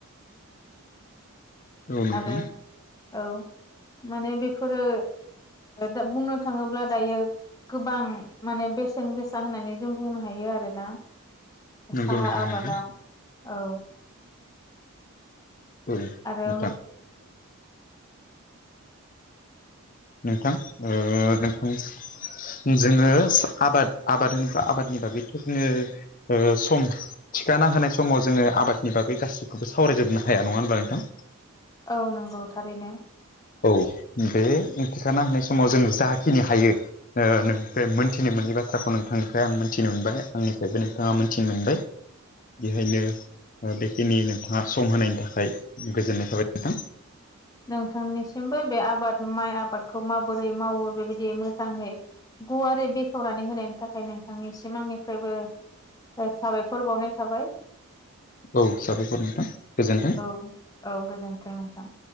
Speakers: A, on the left; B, on the left.
A: औ नोंथां
B: आरो औ माने बेफोरो दा बुंनो थाङोब्ला दायो गोबां माने बेसेन गोसा होननानै जों बुंनो हायो आरोना
A: नंगौ
B: साहा
A: नोंथां
B: आबादाव
A: नंगौ
B: औ
A: औ
B: आरो
A: नोंथां नोंथां नोंथांनि जोङो आबाद आबाद होनोब्ला आबादनि बागै थ जोङो सम थिखाना होनाय समाव जोङो आबादनि बागै गासैखौबो सावरायजोबनो हाया नङा होनब्ला नोंथां
B: औ नंगौ थारैनो
A: औ बे थिखाना होनाय समाव जों जाखिनि हायो नोंनिफ्राय मोनथिनो मोनै बाथ्राखौ नोंथांनिफ्राय आं मोनथिनो मोनबाय आंनिफ्रायबो नोंथाङा मोनथिनो मोनबाय बेखायनो बेखिनि नोंथाङा सम होनायनि थाखाय गोजोननाय थाबाय नोंथां
B: नोंथांनिसिमबो बे आबाद माइ आबादखौ माबोरै मावो बेबायदि मोजांहै गुवारै बेखेवनानै होनायनि थाखाय नोंथांनिसिम आंनिफ्रायबो साबायखर बावनाय थाबाय
A: औ साबायखर नोंथां गोजोन्थों
B: औ औ गोजोन्थों नोंथां